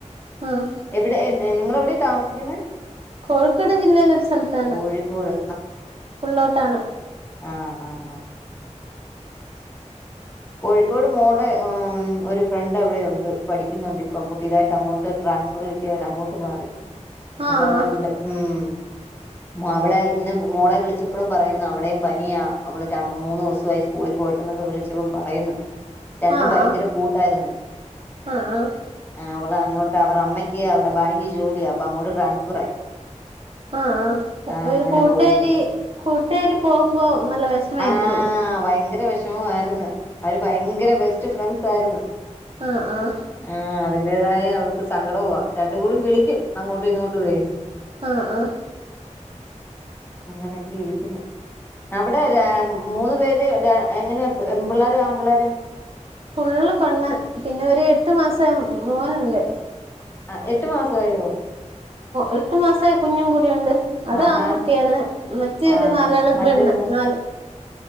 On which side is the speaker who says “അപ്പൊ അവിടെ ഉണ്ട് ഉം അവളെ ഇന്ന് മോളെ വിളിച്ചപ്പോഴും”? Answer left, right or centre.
Left